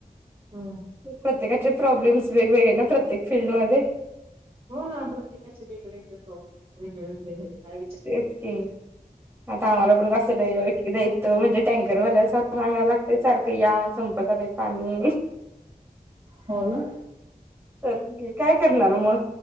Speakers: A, on the right; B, on the right.
A: हम्म
B: प्रत्येकांचे प्रॉब्लेम्स् वेगवेगळे ना, प्रत्येक फील्डमध्ये?
A: हो ना प्रत्येकाचे वेगळेवेगळे प्रॉब्लेम. वेगळे वेगळे हे काय विचार
B: तेच की. इथं आम्हाला पण जास्त ओळखी नाहीत इथं म्हणजे टँकर वाल्याला सांगयला लाग ते सारखं या संपत आलय पाणी
A: हो ना
B: तर काय करणार मग.